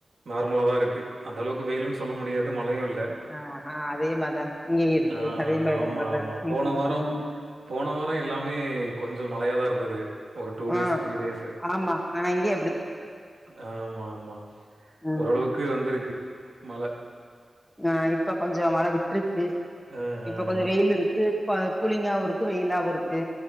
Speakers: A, on the right (about 70°); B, in the centre.
A: நார்மலா தா இருக்குது அந்த அளவுக்கு வெயிலுன் சொல்ல முடியாது மழையு இல்ல
B: ஆ ஆ அதே மாரிதா இங்கயு இருக்கு
A: ஆ
B: அதே மாரிதா
A: ஆமா,
B: பிரதர்
A: ஆமா.
B: ம்
A: போன
B: ம்
A: வாரம்
B: ம்
A: போன வாரோ எல்லாமே கொஞ்சோ மழையா தா இருந்தது ஒரு two
B: ah
A: days three days
B: ஆமா ஆனா இங்க
A: ஆமா ஆமா
B: ம்
A: ஓரளவுக்கு வந்திருக்கு மழை
B: ஆ இப்ப கொஞ்சம் மழ விட்டிருக்கு
A: ஆ ஆ
B: கொஞ்சோ வெயில் இருக்கு இப்ப கூலிங்காவு இருக்கு வெயிலாவு இருக்கு